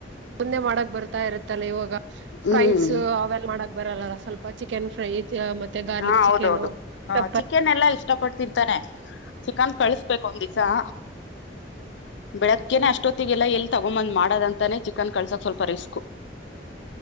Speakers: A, on the right; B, on the left.
A: ಮುಂದೆ ಮಾಡಕ್ ಬರ್ತಾ ಇರತ್ತಲ್ಲ ಇವಾಗ
B: ಹ್ಮ್
A: ಫ್ರೈಸ್ ಅವೆಲ್ಲ ಮಾಡಕ್ ಬರಲ್ಲ ಸ್ವಲ್ಪ ಚಿಕನ್ ಫ್ರೈ ಮತ್ತೆ ಗಾರ್ಲಿಕ್
B: ಹಾ
A: ಚಿಕನು
B: ಹೌದೌದು ಹ
A: ಪೆಪ್ಪರ್
B: ಚಿಕನ್ ಎಲ್ಲಾ ಇಷ್ಟ ಟ್ಟ ತಿಂತಾನೆ ಚಿಕನ್ ಕಳಿಸ್ಬೇಕು ಒಂದಿ ಸಹ ಬೆಳಗ್ಗೆನೆ
A: ಹ್ಮ್
B: ಅಷ್ಟೊತ್ತಿಗೆಲ್ಲ ಎ ತಗೊಂಬಂದ್ ಮಾಡದಂತಾನೇ ಚಿಕನ್ ಕಳ್ಸೋಕ್ ಸ್ವಲ್ಪ ರಿಸ್ಕು